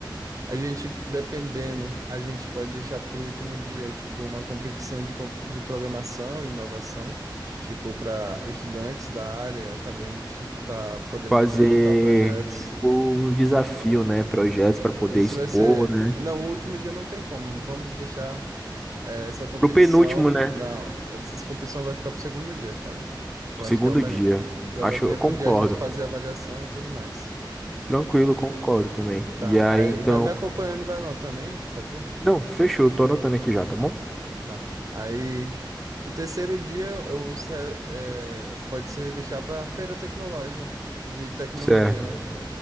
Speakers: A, on the right; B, in the centre.
A: A gente, dependendo, a gente pode deixar para o último dia, tipo, uma competição de, com- de programação e inovação, tipo, para estudantes da área, acadêmicos, tá podendo
B: fazer
A: apresentar projetos.
B: tipo uns desafios, né? Projetos para poder
A: Isso
B: expor,
A: vai ser.
B: né?
A: Não, o último dia não tem como. Vamos deixar eh, essa competição.
B: Pro penúltimo, né?
A: Não, essa competição vai ficar pro segundo dia, cara. Eu
B: Segundo
A: acho que é o melhor.
B: dia.
A: Pra
B: Acho,
A: dar tempo
B: eu concordo.
A: de a gente fazer a avaliação e tudo mais.
B: Tranquilo, concordo também.
A: Tá.
B: E aí,
A: Aí
B: então.
A: vai me acompanhando e vai anotando aí, por favor.
B: Não, fechou, tô anotando aqui já, tá bom?
A: Tá. Aí. O terceiro dia eu, se- eh, pode ser deixar para feira tecnológica, de tecnologia,
B: Certo.
A: né?